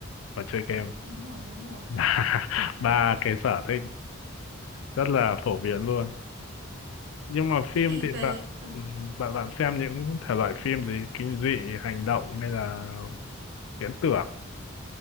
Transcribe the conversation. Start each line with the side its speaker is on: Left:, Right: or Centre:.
Left: và chơi game.
Right: đúng rồi đúng rồi
Left: <laughs> Ba ba cái sở thích rất là phổ biến luôn. Nhưng mà phim
Right: thì
Left: thì
Right: về
Left: bạn
Right: ờ,
Left: ừm, bạn bạn xem những thể loại phim gì kinh dị, hành động hay là viễn tưởng